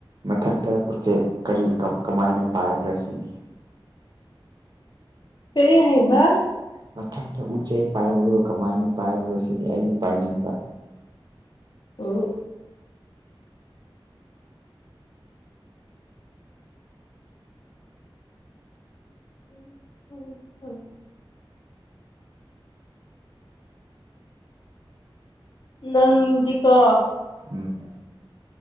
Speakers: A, on the right; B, on the left.
A: ꯃꯊꯛꯇ ꯎꯆꯦꯛ ꯀꯔꯤ ꯀ ꯀꯃꯥꯏꯅ ꯄꯥꯏꯕ꯭ꯔꯥ ꯁꯤꯅꯤ
B: ꯀꯔꯤ ꯍꯥꯏꯕ
A: ꯃꯊꯛꯇ ꯎꯆꯦꯛ ꯄꯥꯏꯕꯗꯨ ꯀꯃꯥꯏꯅ ꯄꯥꯏꯕ꯭ꯔꯣ ꯁꯤꯅꯤ ꯑꯩꯖꯨ ꯄꯥꯏꯅꯤꯡꯕ
B: ꯎꯝ ꯎ ꯎꯝ ꯍꯨꯝ ꯅꯪꯗꯤꯀꯣ
A: ꯎꯝ